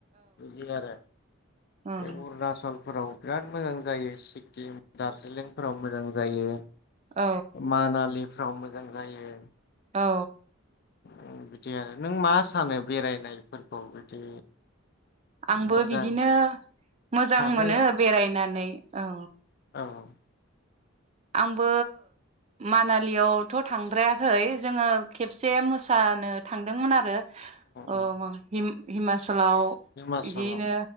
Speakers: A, on the left (about 50°); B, on the right (about 30°).
A: बिदि आरो
B: ओं,
A: बे अरुणचल फोराव बिराद मोजां जायो सिक्किम दार्जिलिंफोराव मोजां जायो।
B: औ
A: मानालि फ्राव मोजां जायो।
B: औ।
A: उम बिदि आरो नों मा सानो बेरायनायफोरखौ बिदि
B: आंबो
A: मोजां
B: बिदिनो मोजां
A: सानो
B: मोनो बेरायनानै औ।
A: औ उम
B: आंबो मानालियावथ' थांद्रायाखै जोङो खेबसे मोसानो थांदोंमोन आरो। अ
A: उम
B: म हिम हिमाच सलाव
A: हिमाचलाव
B: बिदियैनो